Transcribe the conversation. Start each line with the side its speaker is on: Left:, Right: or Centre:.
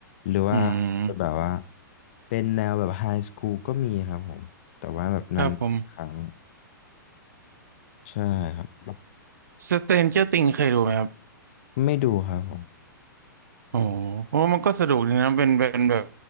Left: หรือว่าจะแบบว่า
Right: อืม
Left: เป็นแนวแบบไฮสคูลก็มีครับผมแต่ว่าแบบนานๆครั้ง
Right: ครับผม
Left: ใช่ครับ
Right: สเตนเจอร์ติงเคยดูไหมครับ
Left: ไม่ดูครับผม
Right: โอ้โหโอ้มันก็สนุกดีนะเป็นเป็นแบบ